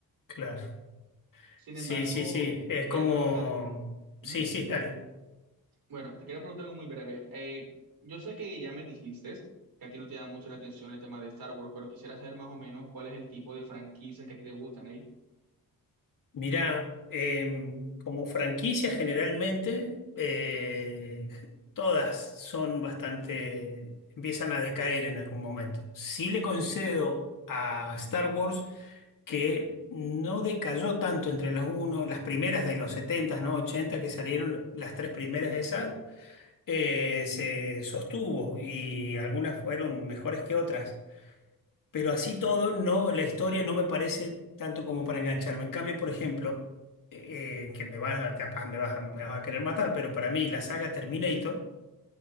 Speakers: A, on the left (about 60°); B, on the right (about 65°).
A: claro.
B: Sin
A: Sí,
B: embargo,
A: sí, sí, es
B: te quería
A: como,
B: preguntar, ujú.
A: sí, sí, dale.
B: Bueno, te quería preguntar algo muy breve. Eh, yo sé que ya me dijiste que a ti no te da mucho la atención el tema de Star Wars, pero quisiera saber más o menos cuál es el tipo de franquicias que a ti te gustan, ¿eh?
A: Mirá, em, como franquicia generalmente, eh, todas son bastante, empiezan a decaer en algún momento. Sí le concedo a Star Wars que no decayó tanto entre las uno, las primeras de los 70, ¿no? ochenta que salieron, las tres primeras de esas, eh, se sostuvo y algunas fueron mejores que otras Pero así todo, no, la historia no me parece tanto como para engancharme. En cambio, por ejemplo, eh, que me vas a, capaz me vas a, me vas a querer matar, pero para mí la saga Terminator,